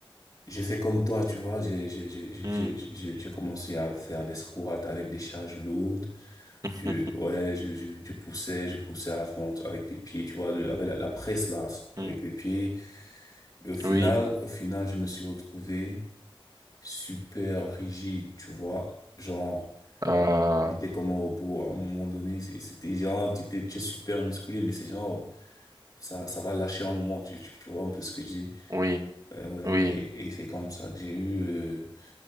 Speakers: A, on the left; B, on the right.
A: j'ai fait comme toi, tu vois, j'ai j'ai j'ai j'ai
B: Mhm.
A: j'ai j'ai- j'ai commencé à faire des squats avec des charges lourdes.
B: <laughs>
A: Je ouais, je je, je poussais, je poussais à la fonte avec des pieds, tu vois, le- avec la, la presse là, avec
B: Mhm.
A: les pieds. Et au final,
B: Oui.
A: au final, je me suis retrouvé super rigide, tu vois. Genre,
B: Euh,
A: j'étais comme un robot à un moment donné. c'est- C'était genre, tu t'es- tu es super musclé, mais c'est genre, ça, ça va lâcher un moment, tu, tu, tu vois un peu ce que je dis.
B: oui.
A: Ouais, ouais.
B: Oui.
A: Et, et c'est comme ça que j'ai eu euh,